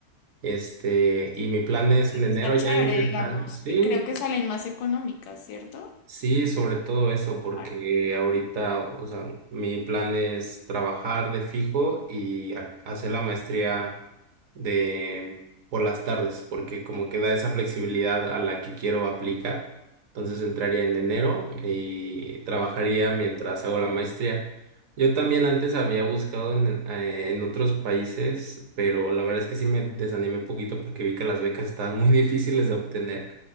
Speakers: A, on the right; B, on the left.
A: Este, y mi plan es
B: Pues
A: en enero
B: está
A: ya
B: chévere,
A: ingresar.
B: digamos,
A: Sí,
B: que creo que salen más económicas, ¿cierto?
A: Sí, sobre todo eso, porque
B: Claro.
A: ahorita, o sea, mi plan es trabajar de fijo y ha- hacer la maestría de por las tardes, porque como que da esa flexibilidad a la que quiero aplicar. Entonces entraría en enero y trabajaría mientras hago la maestría. Yo también antes había buscado en, eh, en otros países, pero la verdad es que sí me desanimé un poquito porque vi que las becas estaban muy <laughs> difíciles de obtener